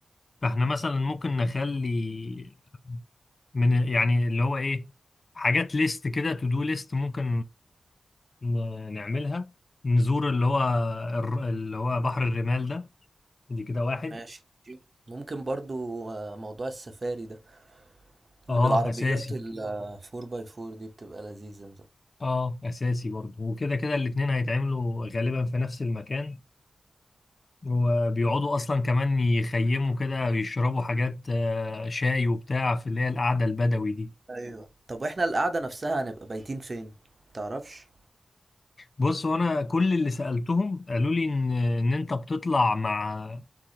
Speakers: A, on the left; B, on the right.
A: فاحنا مثلا ممكن نخلي من يعني اللي هو ايه حاجات ليست كده تو دو ليست ممكن ن- نعملها نزور اللي هو الر- اللي هو بحر الرمال ده دي كده واحد
B: ماشي ممكن برضو آه، موضوع السفاري ده
A: اه
B: اللي بالعربيات
A: اساسي
B: ال 4 باي 4 دي بتبقى لذيذة
A: اه اساسي برضه وكده كده الاتنين هيتعملوا غالبا في نفس المكان وبيقعدوا اصلا كمان يخيموا كده يشربوا حاجات آه، شاي وبتاع في اللي هي القعده البدوي دي
B: ايوه طب واحنا القعده نفسها هنبقى بايتين فين متعرفش
A: بص وانا كل اللي سالتهم قالوا لي ان ان انت بتطلع مع